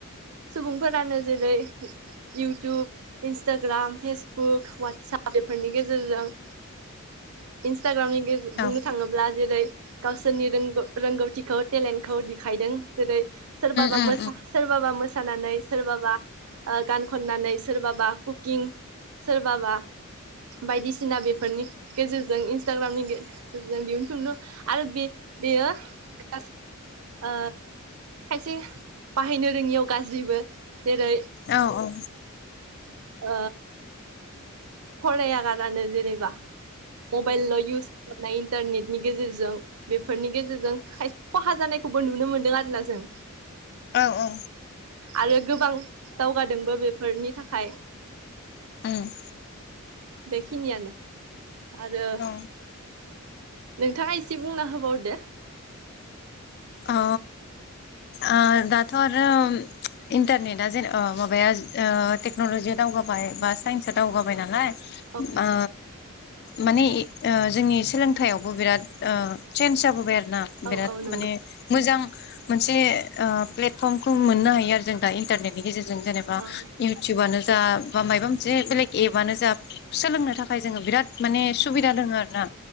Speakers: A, on the right (about 75°); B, on the left (about 50°).
A: सुबुंफोरानो जेरै इउटुब इन्स्टाग्राम फेसबुक वाटसाब बेफोरनि गेजेरजों इन्स न्टाग्रामनि गेजे
B: उम
A: बुंनो थाङोब्ला जेरै गावसोरनि रोंगौ रोंगौथिखौ टेलेन्टखौ देखायदों जेरै सोरबाबा
B: उम
A: मोसा
B: उम औ उम औ
A: सोरबाबा मो मोसानानै सोरबाबा ओ गान खननानै सोरबाबा कुकिं सोरबाबा बायदिसिना बेफोरनि गेजेरजों इन्सटाग्रामनि गेजेरजों दिहुनथुमनो आरो बे- बेयो ओ खायसे बाहायनो रोङियाव गाज्रिबो जेरै
B: औ औ
A: ओ फराया गारानो जेनेबा मबाइल इउस खालामनाय इन्टारनेटनि गेजेरजों बे फोरनि गेजेरजों खायसे खहा जानाय खौबो नुनो मोन्दों आरोना जों।
B: औ औ।
A: आरो गोबां दावगादोंबो बेफोरनि थाखाय।
B: उम।
A: बेखिनियानो। आरो।
B: औ अ
A: नोंथाङा एसे बुंना होबावदो।
B: अ। ओ दाथ आरो इन्टारनेटआ जेन माबाया टेक्न लजिया दावगाबाय बा साइन्सआ दावगाबाय नालाय।
A: औ
B: ओ। माने ओ जोंनि सोलोंथाइयावबो बिराद ओ चेन्ज जाबोबाय आरो। न
A: औ
B: बिराद
A: औ नंगौ
B: माने मोजां मोनसे ओ प्लेटफर्मखौ मोननो हायो आरो जों दा इन्टारनेटनि गेजेरजों। जों जेनेबा
A: औ
B: युवतुवानो जा बा मायबा मोनसे बेलेग एपआनो जा सोलोंनो थाखाय जोङो बिराद माने सुबिदा दोङो आरो ना